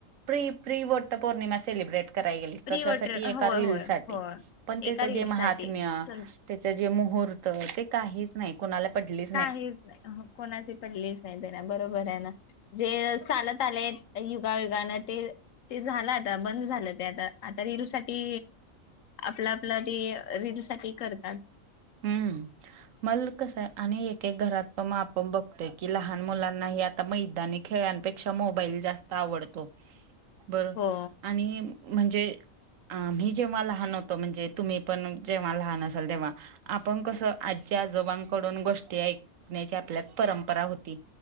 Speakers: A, on the right; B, on the left.
A: प्रि प्रि वट्ट पौर्णिमा सेलिब्रेट कराय गेली.
B: प्रिवटर
A: कशासाठी? एका
B: होय
A: रीलसाठी.
B: होय होय.
A: पण त्याच
B: एका रील
A: जे महात्म्य
B: साठी सं-
A: त्याच जे मुहूर्त ते काहीच नाही कूणाला पडली
B: काहीच नाही कोणाची पडलीच नाही त्यांना बरोबर आहे ना जे चालत आले युगायुगान ते ते झालं आता बंद झालं ते आता आता रील साठी आपलं आपलं ते रीलसाठी करतात.
A: हम्म, मल कस आहे आणि एक एक घरात प माप बघतय. कि लहान मुलांनाही आता मैदानी खेळांनपेक्षा मोबाईल जास्त आवडतो. बरं
B: हो
A: आणि म्हणजे आम्ही जेव्हा लहान होतो, म्हणजे तुम्ही पण जेव्हा लहान असाल तेव्हा आपण कसं आजी आजोबांकडून गोष्टी ऐकण्याची आपल्यात परंपरा होती.